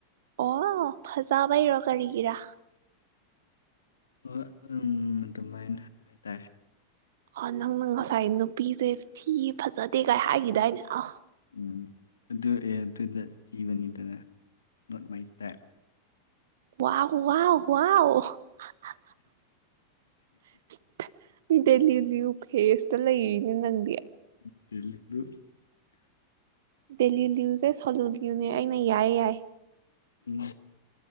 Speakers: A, on the right; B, on the left.
A: ꯑꯣ ꯐꯖꯕꯥꯏꯔꯣ ꯀꯔꯤꯒꯤꯔ
B: ꯍ ꯑꯝ ꯑꯗꯨꯃꯥꯏꯅ ꯍꯥꯏꯇꯥꯔꯦ
A: ꯑ ꯅꯪꯅ ꯉꯁꯥꯏ ꯅꯨꯄꯤꯁꯦ ꯊꯤ ꯐꯖꯗꯦ ꯀꯥꯏ ꯍꯥꯏꯈꯤꯗꯥꯏꯅꯦ ꯑ
B: ꯎꯝ ꯑꯗꯨ ꯑꯦ ꯑꯗꯨꯗ ꯊꯤꯕꯅꯤꯗꯅ not my type
A: wow wow wow <unintelligible> face <unintelligible> ꯂꯩꯔꯤꯅꯦ ꯅꯪꯗꯤ
B: <unintelligible>
A: ꯗꯦꯂꯤ ꯂ꯭ꯌꯨꯁ ꯑꯦ ꯁꯣꯂꯨ꯭ꯌꯨꯅꯦ ꯑꯩꯅ ꯌꯥꯏꯌꯦ ꯌꯥꯏ
B: ꯎꯝ